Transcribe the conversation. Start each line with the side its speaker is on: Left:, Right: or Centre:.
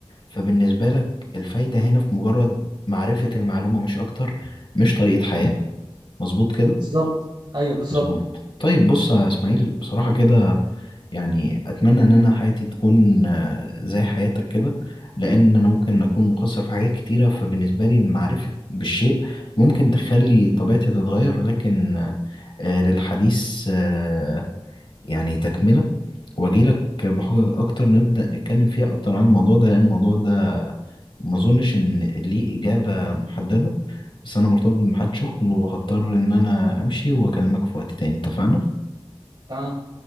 Left: فبالنسبة لك الفايدة هنا في مجرد معرفة المعلومة مش أكتر مش طريقة حياة مظبوط كده
Right: بالظبط ايوه بالظبط
Left: مظبوط طيب بص يا إسماعيل بصراحة كده يعني أتمنى إن أنا حياتي تكون آه، زي حياتك كده لأن أنا ممكن أكون مقصر في حاجات كتيرة فبالنسبة لي المعرفة بالشيء ممكن تخلي طبيعتي تتغير لكن آه، آه، للحديث آه، يعني تكملة واجيلك بحجج اكتر نبدأ نتكلم فيها اكتر عن الموضوع ده لان الموضوع ده ما اظنش ان ليه اجابة محددة بس انا مرتبط بميعاد شغل وهضطر ان انا امشي واكلمك في وقت تاني اتفقنا
Right: تمام